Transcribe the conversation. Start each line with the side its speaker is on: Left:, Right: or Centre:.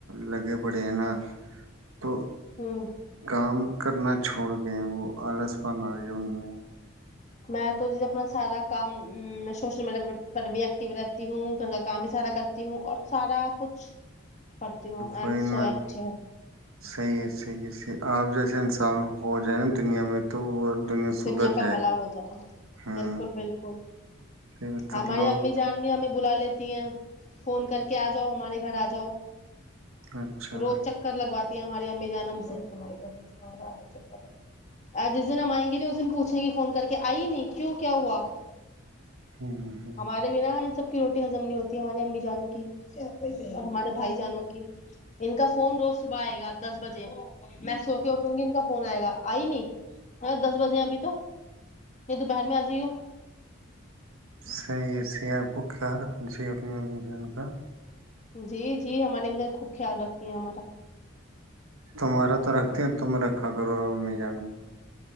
Right: لگے پڑے ہیں نا تو
Left: ہوں
Right: کام کرنا چھوڑ گئے وہ آلس پان آ گیا ان میں
Left: میں تو جیسے اپنا سارا کام سوشل میڈیا پر بھی ایکٹو رہتی ہوں گھر کا کام بھی سارا کرتی ہوں اور سارا کچھ کرتی ہوں ایم
Right: کوئی
Left: سو
Right: نہ
Left: ایکٹے
Right: صحیح ہے صحیح ہے صحیح آپ جیسے انسان ہو جائے نا دنیا میں تو سدھر
Left: دنیا کا
Right: جائے
Left: بھلا ہو جائے
Right: ہاں
Left: بالکل بالکل
Right: مطلب
Left: ہماری
Right: لوگ
Left: امی جان رہ ہمیں بلا لیتی ہیں فون کر
Right: ہوں
Left: کے آ جاؤ ہمارے گھر آ جاؤ جاؤ
Right: اچھا
Left: روز چکر لگواتا ہماری امی جان سے کمائی کرگے چلتاتا آ جس دن ہمئیں گے اسن پوچھیں گے فون کر کے آئی نہیں کیوں کیا ہوا
Right: ہ ہ
Left: ہمارے بنا ان سب کی روٹی ہزم نہیں ہوتی ہمارے امی جان کی ہمارے بھائی جانوں کی ان کا فون روز صبح آئے گا دس بجے میں سو کے اٹھوں گی ان کا فون آئے گا آئی نہیں دس بجے ہیں ابھی تو یا دوپہر میں آ جائی ہو
Right: سر یہ سے آپ کو خیال رکھنا چاہیے اپنے امی جان کا
Left: جی جی ہمارے مھ خوب خیال رکھتی ہیں ہمارا
Right: تمہارا تو رکھتی ہیں تم رکھا کرو امی جان کا